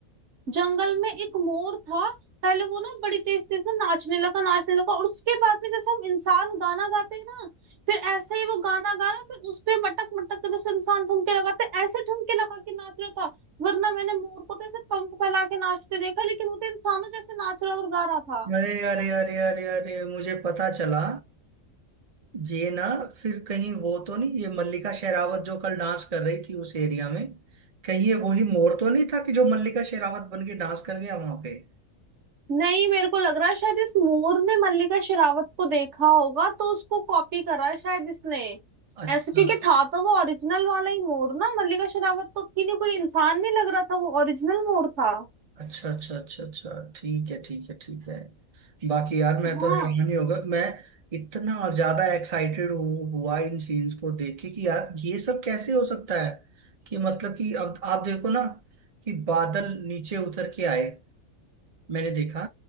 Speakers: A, on the right; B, on the right.
A: जंगल में एक मोर था पहले वो ना बड़ी तेज तेज से नाचने लगा नाचने लगा और उसके बाद में जैसे हम इंसान गाना गाते हैं ना फिर ऐसे ही वो गाना गाना फिर उस पे मटक मटक के जैसे इंसान ठुमके लगाते हैं, ऐसे ठुमके लगा के नाच रहा था वरना मैंने मोर को तो ऐसे पंख फैला के नाचते देखा लेकिन वो तो इंसानों जैसे नाच रहा और गा रहा था
B: अरे अरे अरे अरे अरे मुझे पता चला ये ना फिर कहीं वो तो नहीं ये मल्लिका शेरावत जो कल डांस कर रही थी उस एरिया में कहीं ये वही मोर तो नहीं था कि जो मल्लिका शेरावत बन के डांस कर गया वहां पे
A: नहीं मेरे को लग रहा है शायद इस मोर ने मल्लिका शेरावत को देखा होगा तो उसको कॉपी करा है शायद इसने
B: अच्छा
A: ऐसे क्योंकि था तो वो ओरिजिनल वाला ही मोर ना मल्लिका शेरावत तो की नहीं कोई इंसान नहीं लग रहा था वो ओरिजिनल मोर था
B: अच्छा अच्छा अच्छा अच्छा ठीक है ठीक है ठीक है बाकी यार मैं
A: हाँ
B: तो हैरान ही होगा मैं इतना ज्यादा एक्साइटेड हूँ हुआ इन सीन्स को देख के कि यार ये सब कैसे हो सकता है कि मतलब कि अब आप देखो ना कि बादल नीचे उतर के आए मैंने देखा